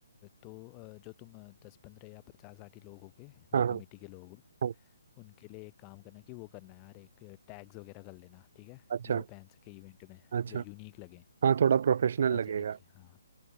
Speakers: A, on the left; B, on the right.
A: तो अ, जो तुम दस पंद्रह या पचास साठ ही लोग होगे जो
B: हाँ हाँ
A: कमेटी के लोग हो
B: हाँ
A: उनके लिए एक काम करना कि वो करना है यार एक टैग्स वगैरह कर लेना ठीक है
B: अच्छा
A: जो वो पहन सके इवेंट में
B: अच्छा
A: जो यूनिक लगे
B: हाँ थोड़ा प्रोफेशनल
A: पता
B: लगेगा
A: चले कि हाँ